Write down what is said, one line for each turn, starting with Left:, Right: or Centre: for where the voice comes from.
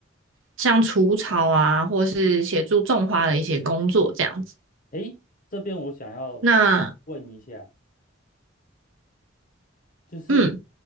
Right: 像除草啊，或是协助种花的一些工作这样子。
Left: 诶，这边我想要
Right: 那
Left: 问一下，就是
Right: 嗯，